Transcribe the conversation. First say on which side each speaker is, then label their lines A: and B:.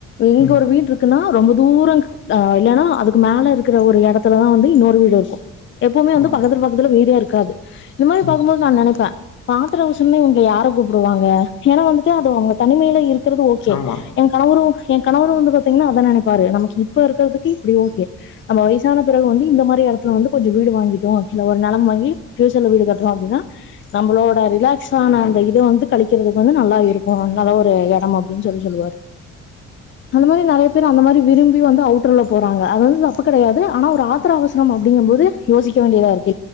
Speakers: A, on the left; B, on the left.
A: இங்க
B: ம்
A: ஒரு வீடுருக் குன்னா ரொம்ப தூரங் ஆ இல்லைனா அதுக்கு மேல இருக்கற ஒரு எடத்துல தா வந்து இன்னோரு வீடு இருக்கு எப்பவுமே வந்து
B: ஆமா
A: பக்கத்துல பக்கத்துல வீடே இருக் காது இந்த மாரி
B: ம்
A: பாக்கும்போது நா நெனைப்பே ஆத்தரோ அவசர்ன்னா இவுங்க யார கூப்புடுவாங் க ஏன்னா வந்துட்டு அது அவங்க தனிமைல இருக்கறது ஓகே
B: ஆமா
A: எங்கணவுரு எ கணவரு வந்து பாத்தீங்ன்னா அத நெனைப்பாரு நமக்கு இப்ப இருக்கறதுக்கு இப்டி ஓகே நம்ம வயசான பிறகு வந்து இந்த மாரி எடத் துல வந்து கொஞ்சோ வீடு வாங்கிட்டோ இல்ல ஒரு நெலம் வாங்கி ஃபியூச்சர்ல வீடு கட்றோ அப்டின்னா நம்மளோட ரிலாக்ஸ் ஆனா அந்த இத வந்து கழிக்கறதுக்கு வந்து நல்லா இருக்கு நல்ல ஒரு எடம் அப்டின் சொல்லி சொல்லுவாரு அந்த மாரி நெறைய பேர் அந்த மாரி விரும்பி வந்து அவுட்டர்ல போறாங்க அது வந்து தப்பு கெடையாது ஆனா ஒரு ஆத்தரோ அவச ரோ அப்டிங்கும் போது யோசிக்க வேண்டியதா இருக்